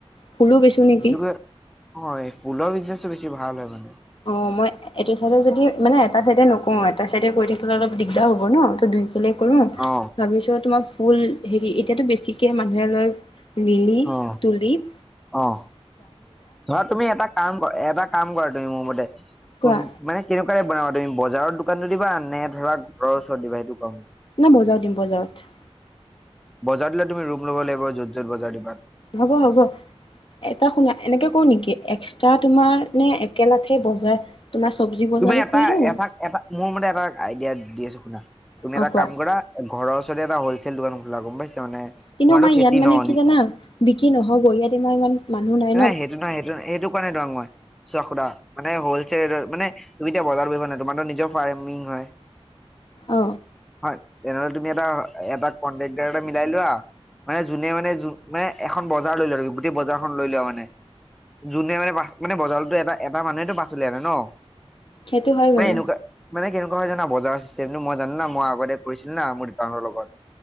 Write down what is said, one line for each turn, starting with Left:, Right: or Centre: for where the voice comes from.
Left: ফুলো বেচোঁ নেকি
Centre: সেইটোকে অ ফুলৰ বিজনেচটো বেছি ভাল হয় মানে
Left: অঊ মই এইটো হেহতি যদি মানে এটা ছাইডে নকওঁ, এটা চাইডে কৰি থাকিলে অলপ দিগদাৰ হ'ব ন ত' দুই কৰো
Centre: অ
Left: ভাবিছ তোমাৰ ফুল হেৰি এতিয়াতো বেছিকে মানুহে লৈ লিলি,
Centre: অ
Left: তুলীপ
Centre: অ' ধৰা তুমি এটা কাম এটা কাম কৰা তুমি মোৰ মতে,
Left: কোৱা
Centre: ক মানে কে ে বনাব তুমি বজাৰৰ দোকানতটো দিবা নে ধৰা ঘৰৰ ওচৰত দা সেইটো কম
Left: নাই বজাৰত দিম বজাৰত
Centre: বজাৰ দিল তুমি ৰুম লব লাগিব যত যোৰ বজাৰ দিবা।
Left: হ'ব হ'ব এটা শুনা এনেকে ক নেকি এক্সট্ৰা তোমাৰ নে একেলাঠে বজাৰ তোমাৰ চব্জি বজাৰো
Centre: তুমি এটা
Left: কৰি দিওঁ
Centre: এটা এটা মোৰ মতে এটা আইডিয়া দি আছো শুনা তুমি
Left: অ
Centre: এটা
Left: কোৱা
Centre: কাম কৰা ঘৰ ওচৰৰত এ হলচেল দোকান খোলা গ'ম পাইছা মানে
Left: কিন্তু
Centre: তোমাৰো
Left: আমাৰ
Centre: খেতি
Left: ইয়াত মানে
Centre: নহনি
Left: কি জানা বিক্ৰী নহ'ব ইয়াত ইমান ইমান মানুহ
Centre: নাই
Left: ন
Centre: সেইটো নহয় সেইটো ন সেইটো কোৱা নাই, মই চোৱা সুধা মানে হ'ল চেল মানে তুমি এতিয়া বজাৰ কৰিব ন তোমাৰতো নিজৰ ফাৰ্মিং হয়
Left: অ
Centre: হয়, তেনেহলে তুমি এটা এটা কনটেক্াৰ এটা মিলাই লোৱা। মানে যোনে মানে য মানে এখন বজাৰ লৈ লোৱা আৰু গোটেই বজাৰখন লৈ লোৱা মানে। যোনে মানে মানে বজাৰতো এটা এটা মানুহেতটো পাচলি আনে ন।
Left: সেইটো হয়
Centre: মানে
Left: বাৰু
Centre: এনেুৱা মানে কে হয় জানা বজাৰ চিজনটো মই জানো না মই আগতে কৰিছিল ন মোৰাহতৰ লগত।